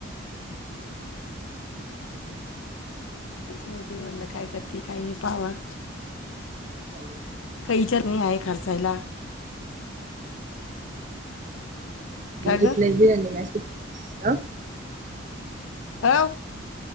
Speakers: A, on the left; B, on the right.
A: तेच म्हणून तुम्ही म्हणलं काय करते काही नाही पावा
B: हो.
A: कैचत नाही आहे खर्चायला का
B: आणि रिप्लाय
A: ग
B: दिरा आणि मॅसेज ह
A: अ